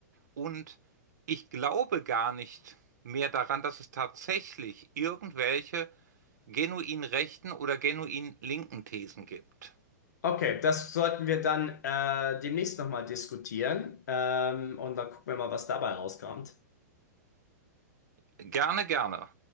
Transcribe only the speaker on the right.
Und ich glaube gar nicht mehr daran, dass es tatsächlich irgendwelche genuin rechten oder genuin linken Thesen gibt.
Gerne, gerne.